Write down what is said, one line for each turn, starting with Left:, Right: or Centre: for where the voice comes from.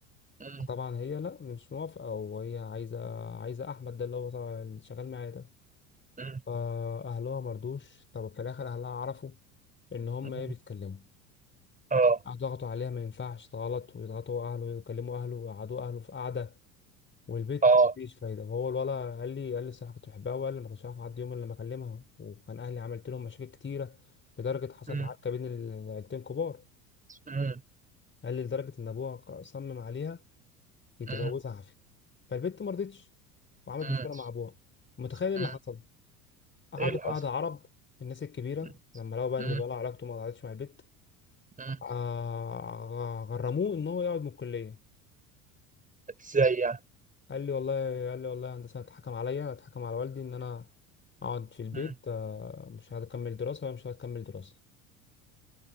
Right: مم.
Left: فطبعا هي لا مش موافقه وهي عايزه عايزه احمد ده اللي هو صاحب- اللي شغال معايا ده
Right: مم.
Left: فاهلها مرضوش طب في الاخر اهلها عرفوا ان هم
Right: مم.
Left: ايه بيتكلموا
Right: اه
Left: ضغطوا عليها ما ينفعش غلط ويضغطوا اهله ويكلموا اهله ويقعدوا اهله في قعده والبيت
Right: اه
Left: مفيش فايده فهو الولا قال لي قال لي الصراحه كنت بحبها وقال لي ما كنتش عارف اعدي يوم إلا لما اكلمها وكان اهلي عملت لهم مشاكل كتيره لدرجه حصلت
Right: مم.
Left: عركه بين العيلتين كبار
Right: مم.
Left: قال لي لدرجه ان ابوها صمم عليها يتجوزها
Right: مم.
Left: عافيه فالبنت ما رضتش وعملت
Right: مم.
Left: مشكله مع ابوها متخيل إيه
Right: مم.
Left: اللي حصل قعدوا
Right: ايه اللي
Left: في
Right: حصل؟
Left: قعده عرب الناس الكبيره
Right: مم.
Left: لما لقوا بقى
Right: مم.
Left: ان الولد علاقته ما ضاعتش مع البنت
Right: مم.
Left: آه، غرموه ان هو يقعد من الكليه
Right: ازاي يعني؟
Left: قال لي والله قال لي والله يا هندسة اتحكم عليا اتحكم على والدي ان انا اقعد في البيت
Right: مم.
Left: آه، مش هكمل دراسة مش هكمل دراسة